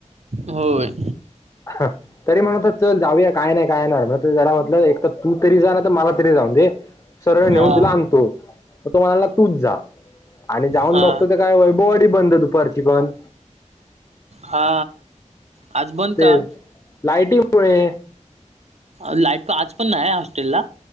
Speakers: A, on the right; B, on the left.
A: होय!
B: हं तरी म्हणत होता, चल जाऊया काय नाही, काय नही होणार, त्याला म्हटलं एक त तू तरी जा नही त मला तरी जाऊन दे! सरळ
A: हा
B: नेऊन तुला आणतो तर तो म्हणाला तूच जा? आणि जाऊन
A: हा
B: बघतो तर काय वैभवाडी बंद दुपारची पण
A: हा आज बंद
B: तेच
A: का
B: लाइटीमुळे
A: लाइट आज पण नाही हॉस्टेल ला.